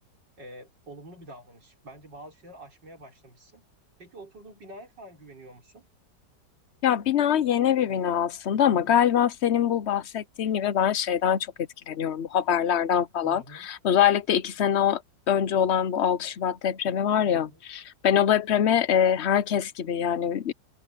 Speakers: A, on the right; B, on the left.
A: e, olumlu bir davranış. Bence bazı şeyler aşmaya başlamışsın. Peki oturduğun binaya falan güveniyor musun?
B: Ya bina yeni bir bina aslında
A: Hı
B: ama
A: hı,
B: galiba senin bu bahsettiğin gibi ben şeyden çok etkileniyorum bu haberlerden falan.
A: hı hı,
B: Özellikle iki sene o- önce olan bu 6 Şubat depremi var
A: hı
B: ya
A: hı,
B: ben o depremi e, herkes gibi yani